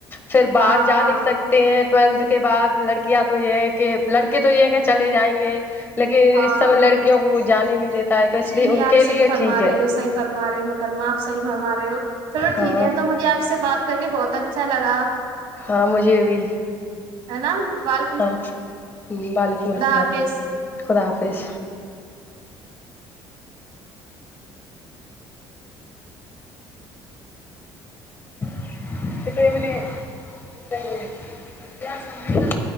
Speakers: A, on the left; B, on the right.
A: پھر باہر
B: ہاں
A: جا
B: ہاں
A: نہیں سکتے ہیں ٹویلتھ کے بعد لڑکیاں تو یہ ہے کہ لڑکے تو یہ ہے کہ چلے جائیں گے لیکن
B: ہاں
A: اس سمے لڑکیوں کو کوئی جانے نہیں دیتا ہے تو اس
B: جی
A: لیے ان
B: آپ
A: کے
B: صحیح
A: لیے
B: فرما
A: ٹھیک
B: رہے
A: ہے
B: ہو صحیح فرما رہے ہو محترمہ آپ صحیح فرما رہے ہو چلو ٹھیک
A: ہاں
B: ہے تو مجھے آپ سے بات کر کے بہت اچھا لگا
A: ہاں مجھے بھی
B: ہے نا بال
A: ہاں وعلیکم السلام
B: حافظ
A: خدا حافظ <unintelligible>